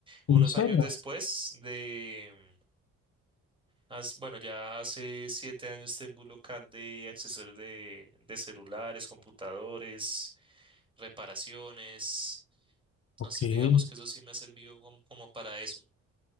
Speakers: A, on the right; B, on the left.
A: unos
B: en serio
A: años después de, as- bueno, ya hace siete años tengo un local de accesorios de, de celulares, computadores, reparaciones. Entonces
B: Ok. ¿Y
A: digamos que eso sí me ha servido como como para eso.